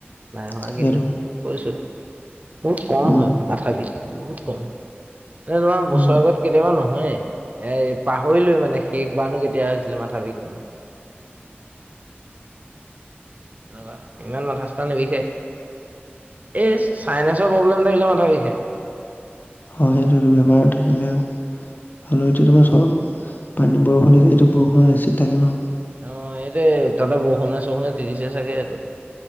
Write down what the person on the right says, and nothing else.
নাই হোৱা,
কিন্তু তেওঁ কৈছো, বহুত কম
হয়। মাথা বিষ বহুত কম হয়, মানে তোমাৰ বছৰেকত
কেতিয়াবা নহয়, এ পাহৰিলোৱে মানে শেষ বাৰ কেতিয়া হৈছিলে মাথা বিষ খিনি। এনেকুৱা ইমান মাথা -চাথা নিবিষায়। এই চাইনাচৰ প্ৰব্লেম থাকিলেও মাথা বিষায়।
অঁ, এইটোৱে তাতে বৰষুণে- চৰষুণে তিতিছে চাগে সেইটো।